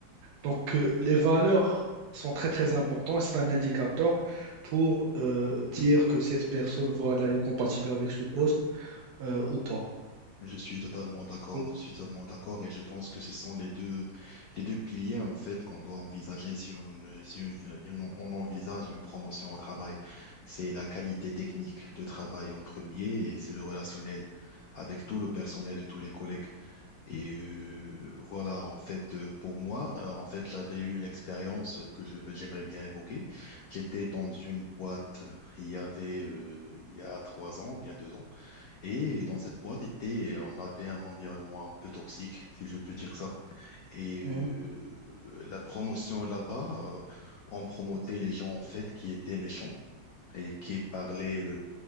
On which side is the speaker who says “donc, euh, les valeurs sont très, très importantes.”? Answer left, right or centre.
Right